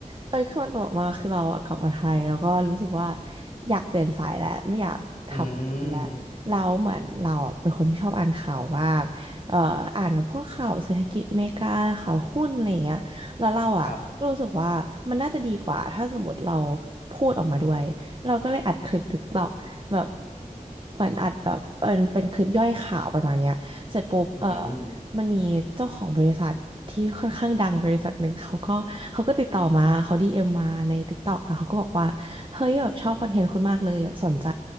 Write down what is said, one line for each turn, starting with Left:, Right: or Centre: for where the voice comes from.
Right: เอ้ยคือมันตลกมากคือเราอะกลับมาไทยแล้วก็รู้สึกว่าอยากเปลี่ยนสายแล้วไม่อยากทำแล้วเราเหมือนเราอะเป็นคนที่ชอบอ่านข่าวมากเอ่ออ่านแบบพวกข่าวเศรษฐกิจอเมริกาข่าวหุ้นอะไรอย่างเงี้ยแล้วเราอะก็รู้สึกว่ามันน่าจะดีกว่าถ้าสมมติเรา
Left: อืมครับ
Right: พูดออกมาด้วยเราก็เลยอัดคลิป t i k t อ k แบบเหมือนอัดแบบเป็นเป็นคลิปย่อยข่าวประมาณเนี้ย เสร็จปุ๊บเออ
Left: อืม
Right: มันมีเจ้าของบริษัทที่ค่อนข้างดังบริษัทหนึ่งเขาก็เขาก็ติดต่อมาเขาดีเอ็มมาใน TikTok แล้วเขาก็บอกว่า เฮ้ยแบบชอบคอนเทนต์คุณมากเลยแบบสนใจ